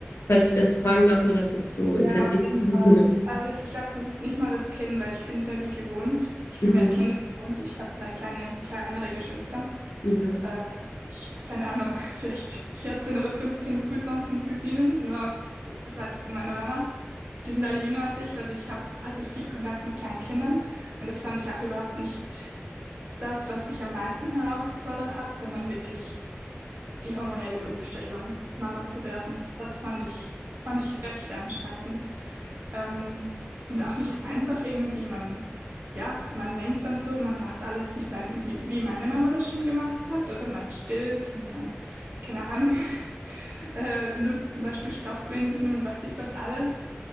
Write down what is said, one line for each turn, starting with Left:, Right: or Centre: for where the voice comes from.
Left: Falls ich das fragen darf, oder ist das zu
Right: Ja,
Left: intensiv?
Right: auf jeden
Left: <laughs>
Right: Fall. Also ich glaube, das ist nicht mal das Kind, weil ich bin es mir wie gewohnt. Ich bin
Left: Mhm,
Right: mir Kinder gewohnt. Ich habe drei kleine, kleinere Geschwister.
Left: mhm.
Right: Ähm, ich, keine Ahnung, <laughs> vielleicht 14 oder 15 Cousins und Cousinen, nur auf der Seite von meiner Mama. Die sind alle jünger als ich. Also ich hab, hatte viel Kontakt mit kleinen Kindern. Und das fand ich auch überhaupt nicht das, was mich am meisten herausgefordert hat, sondern wirklich die hormonelle Umstellung, Mama zu werden. Das fand ich, fand ich recht einschneidend. Ähm, und auch nicht einfach irgendwie, man, ja, man denkt dann so, man macht alles, wie sein, wie, wie meine Mama das schon gemacht hat, oder man stillt und man, keine Ahnung, <laughs> äh, nutzt zum Beispiel Stoffwindeln und weiß ich was alles.